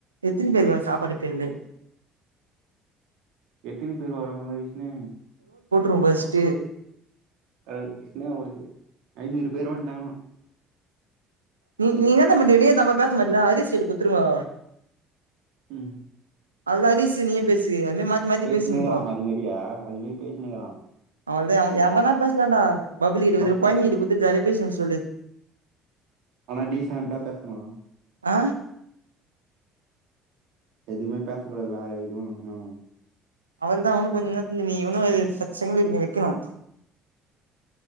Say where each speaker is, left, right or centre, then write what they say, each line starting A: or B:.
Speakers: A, on the right; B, on the right.
A: எத்தினி பேருக்குடா சாப்பாடு கேளு
B: எத்தினி பேரு வராங்களோ விஷ்ணே
A: ரொம்பஷ்டு
B: அ இன்னவா அதுக்கு ஐநூறு பேரு வண்டாங்களா
A: நீ நீ என்னத பண்ற நீ இந்த அம்மா பேச மாட்டல அரிஸ்கிட்ட குத்துருங்கோ
B: உம்
A: அவள்தான் அரிசு நீயே பேசு அதமாரி மாத்தி மாத்தி
B: பேசினேக்கிறான்
A: பேசினிங்கோ
B: அது மாரியா அது மாரி பேசினேக்கிறான்.
A: அவள்தான் எவனா பேசலாண்டா பபுல்கிட்ட குத்துட்டு
B: அப்பி
A: கோய்ந்தைங்ககிட்ட குத்துட்டு பேசின்வர சொல்லு
B: ஆனா டீசன்டா பேசணும்
A: ஆ
B: எதுவுமே பேச கூட வேற இதும்ன
A: அவள்தான் அவனும் கொஞ்ச நேரத்ல நீ இன்னும் ஒரு சங்கிலி பின்னி வை கிணும்